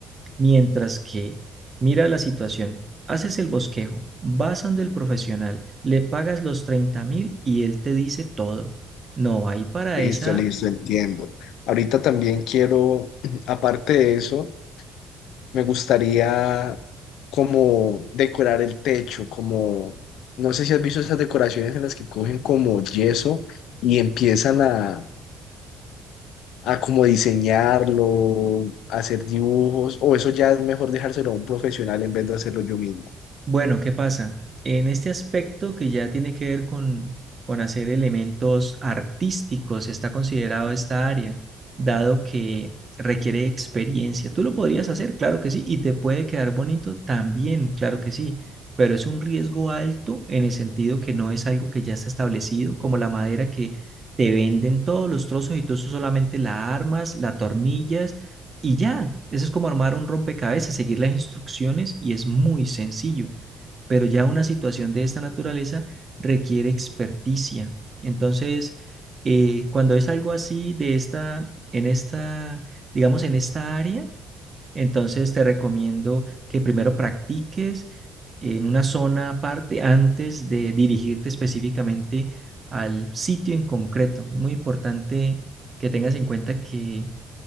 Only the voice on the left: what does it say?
Listo,
listo, entiendo. Ahorita también quiero, <clears throat> aparte de eso, Me gustaría como decorar el techo, como, no sé si has visto esas decoraciones en las que cogen como yeso y empiezan a, a como diseñarlo, hacer dibujos, o eso ya es mejor dejárselo a un profesional en vez de hacerlo yo mismo.